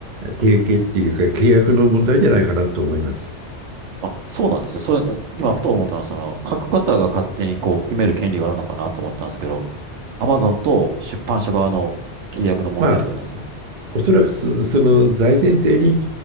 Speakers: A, on the right; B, on the right.
A: 提携っていうか契約の問題じゃないかなと思います。
B: あ、そうなんですね。それ、今ふと思ったのは、その、書く方が勝手にこう決める権利があるのかなと思ったんですけど、アマゾンと出版社側の契約の問題ってことなんですね。
A: まあ、おそらくそその大前提に